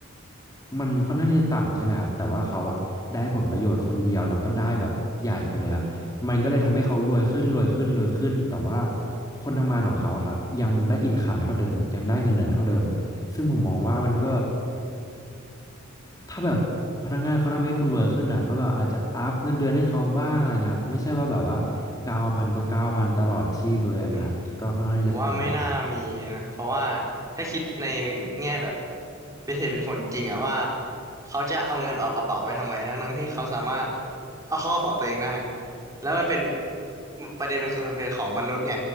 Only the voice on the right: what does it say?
อืม ผมว่าไม่น่ามีนะเพราะว่าถ้าคิดในแง่แบบเป็นเหตุเป็นผลจริงอะว่าเขาจะเอาเงินออกกระเป๋าไปทำไมทั้งๆที่เขาสามารถเอาเข้ากระเป๋าตัวเองได้แล้วมันเป็นประเด็นมันคือมันเป็นของมนุษย์ไง